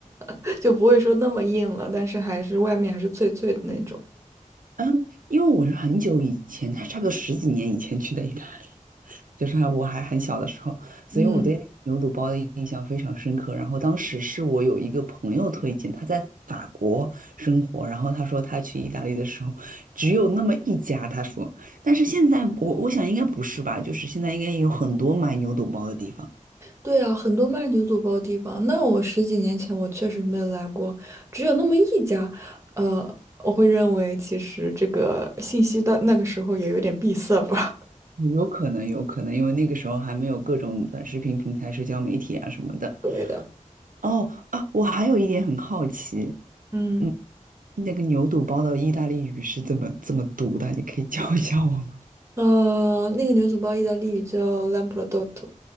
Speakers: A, on the right; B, on the right.
A: <laughs> 就不会说那么硬了，但是还是外面还是脆脆的那种。
B: 嗯，因为我是很久以前，他差不多十几年以前去的意大利，<laughs> 就是还我还很小的时候，所以我对牛肚包的印象非常深刻。
A: 嗯，
B: 然后当时是我有一个朋友推荐，他在法国生活，然后他说他去意大利的时候只有那么一家，他说，但是现在我我想应该不是吧，就是现在应该也有很多卖牛肚包的地方，
A: 对啊，很多卖牛肚包地方，那我十几年前我确实没有来过，只有那么一家，呃，我会认为其实这个信息的那个时候也有点闭塞吧。
B: 有可能有可能，因为那个时候还没有各种短视频平台、社交媒体啊什么的。
A: 对的，
B: 哦啊，我还有一点很好奇。
A: 嗯。
B: 嗯。那个牛肚包的意大利语是怎么怎么读的？你可以教一下我吗？
A: 呃，那个牛肚包意大利语叫 lamprodotto。